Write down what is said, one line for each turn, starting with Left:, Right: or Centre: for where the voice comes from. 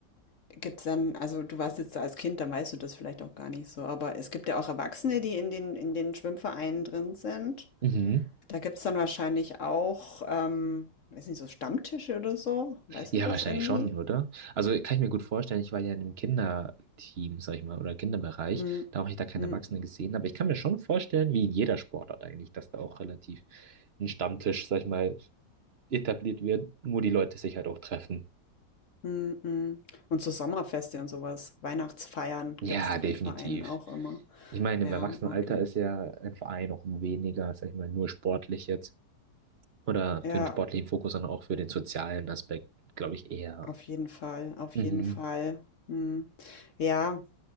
Left: gibt es dann, also du warst jetzt da als Kind, dann weißt du das vielleicht auch gar nicht so, aber es gibt ja auch Erwachsene, die in den, in den Schwimmvereinen drin sind.
Right: Mhm.
Left: Da gibt es dann wahrscheinlich auch, ähm, weiß nicht, so Stammtische oder so. Weißt
Right: Ja,
Left: du das
Right: wahrscheinlich
Left: irgendwie?
Right: schon, oder? Also kann ich mir gut vorstellen, ich war ja in einem Kinderteam, sag ich mal, oder Kinderbereich,
Left: Mhm.
Right: da habe ich da keine
Left: Mhm.
Right: Erwachsenen gesehen, aber ich kann mir schon vorstellen, wie in jeder Sportart eigentlich, dass da auch relativ ein Stammtisch, sag ich mal, etabliert wird, nur die Leute sich halt auch treffen.
Left: Mm, mm. Und so Sommerfeste und sowas, Weihnachtsfeiern
Right: Ja,
Left: gibt es doch
Right: definitiv.
Left: in Vereinen auch immer.
Right: Ich meine,
Left: Ja,
Right: im Erwachsenenalter
Left: okay.
Right: ist ja ein Verein auch weniger, sag ich mal, nur sportlich jetzt. Oder
Left: Ja,
Right: für den sportlichen Fokus, sondern auch für den sozialen Aspekt, glaube ich, eher.
Left: auf jeden Fall, auf
Right: Mhm.
Left: jeden Fall. Mm. Ja,